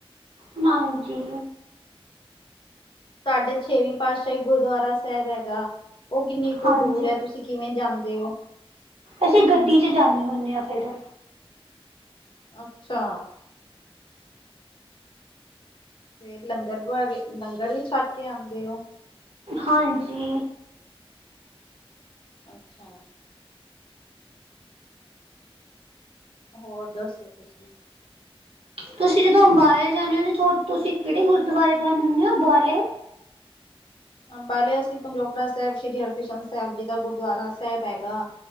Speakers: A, on the right; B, on the left.
A: ਨਾਂਜੀ।
B: ਤਾੱਡੇ ਛੇਵੀਂ ਪਾਤਸ਼ਾਹੀ ਗੁਰਦੁਆਰਾ ਸੈਬ ਹੈਗਾ। ਓਹ ਕਿੰਨੀ ਕੁ
A: ਹਾਂਜੀ
B: ਦੂਰ ਹੈ? ਤੁਸੀਂ ਕਿਵੇਂ ਜਾਂਦੇ ਔ?
A: ਅਸੀਂ ਗੱਡੀ ਚ ਜਾਂਣੇ ਹੁੰਣੇ ਆਂ ਫੇਰ।
B: ਅੱਛਾ। ਫੇਰ ਲੰਗਰ ਪਵਾ ਕੇ, ਲੰਗਰ ਵੀ ਛੱਕ ਕੇ ਆਦੇ ਔ?
A: ਹਾਂਜੀ।
B: ਅੱਛਾ। ਹੋਰ ਦੱਸੋ, ਤੁਸੀਂ?
A: ਤੁਸੀਂ ਜਦੋਂ ਅੰਬਾਲੇ ਜਾਂਣੇ ਹੁੰਣੇ, ਥੋ ਤੁਸੀਂ ਕਿੜੇ ਗੁਰਦੁਆਰੇ ਜਾਂਣੇ ਹੁੰਣੋ ਔ ਬਾਲੇ?
B: ਅੰਬਾਲੇ ਅਸੀ ਪੰਜੋਖੜਾ ਸੈਬ ਸ਼੍ਰੀ ਹਰਿਕ੍ਰਿਸ਼ਨ ਸੈਬ ਜੀ ਦਾ ਗੁਰਦੁਆਰਾ ਸੈਬ ਹੈਗਾ।